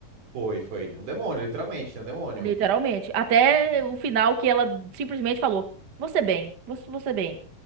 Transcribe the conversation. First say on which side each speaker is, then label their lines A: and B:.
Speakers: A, on the right; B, on the right.
A: Foi, foi. Um demônio, literalmente, um demônio.
B: Literalmente. Até o final que ela simplesmente falou: "Você bem, você, você bem".